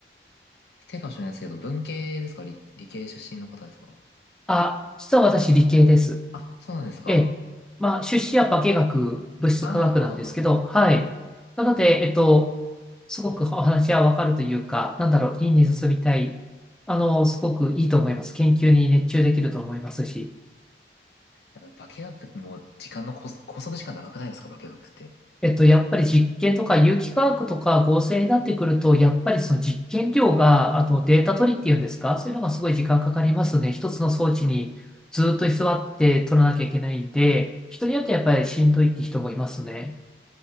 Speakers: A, on the left (about 70°); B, in the centre.
A: 失礼かもしれないですけど、文系ですか理、理系出身の方ですか
B: あ、実は私理系です。
A: あ、そうなんですか。
B: ええ。まあ、出資は化学、物質化学なんですけど、
A: ああ、なるほど、なるほど。
B: はい。なので、
A: 化学、
B: えっと、すごくお話はわかるというか、なんだろう、院に進みたい。あの、すごくいいと思います。研究に熱中できると思いますし。
A: やっぱ化学も時間のこ拘束時間長くないですか化学って。
B: えっと、やっぱり実験とか有機化学とか合成になってくると、やっぱりその実験量が、あとデータ取りっていうんですか、そういうのがすごい時間かかりますね。一つの装置にずっと居座って取らなきゃいけないんで、人によってやっぱりしんどいって人もいますね。